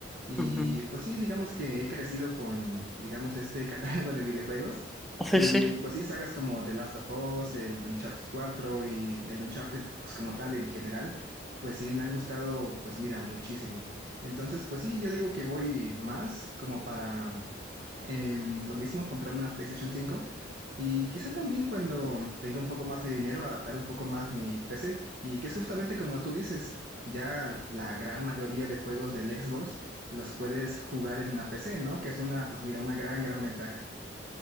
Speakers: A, on the right (about 50°); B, in the centre.
A: y
B: Ujú.
A: pues sí, digamos que he crecido con, digamos, este <laughs> catálogo de videojuegos.
B: Sí,
A: Y
B: sí.
A: pues sí, sagas como The Last of Us, el Uncharted cuatro y el Uncharted, pues como tal en general, pues sí, me han gustado, pues mira, muchísimo. Entonces, pues sí, yo digo que voy más como para em, lo mismo, comprar una PlayStation cinco y quizá también cuando tenga un poco más de dinero, adaptar un poco más mi PC y que es justamente como tú dices, ya la gran mayoría de juegos del Xbox los puedes jugar en una PC, ¿no? Que es una, pues mira, una gran, gran ventaja.